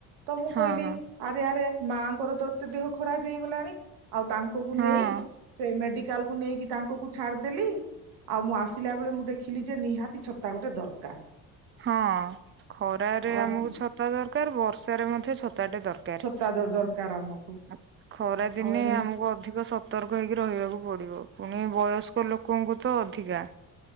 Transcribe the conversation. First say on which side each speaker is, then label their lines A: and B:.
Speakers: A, on the right; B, on the right.
A: ତ ମୁଁ
B: ହଁ
A: କହିଲି,
B: ହଁ
A: ଆରେ ଆରେ ମାଆଙ୍କର ତ ଏତେ ଦେହ ଖରାପ ହେଇଗଲାଣି, ଆଉ ତାଙ୍କକୁ
B: ହଁ
A: ନେଇ ସେ ମେଡିକାଲ୍ କୁ ନେଇକି ତାଙ୍କକୁ ଛାଡିଦେଲି। ଆଉ ମୁଁ ଆସିଲା ବେଳେ ମୁଁ ଦେଖିଲି ଯେ, ନିହାତି ଛତା ଗୋଟେ ଦରକାର।
B: ହଁ, ଖରାରେ
A: ଆଉ
B: ଆମକୁ
A: ଆସିଲି
B: ଛତା ଦରକାର, ବର୍ଷାରେ ମଧ୍ୟ ଛତାଟେ ଦର କାର,
A: ଛତା ଦରକାର ଆମକୁ
B: ଆ, ଖରା ଦିନେ
A: ଆଉ ଏମିତି
B: ଆମକୁ ଅଧିକ ସ ସତର୍କ ହେଇକି ରହିବାକୁ ପଡିବ। ପୁଣି ବୟସ୍କ ଲୋକଙ୍କୁ ତ ଅଧିକା।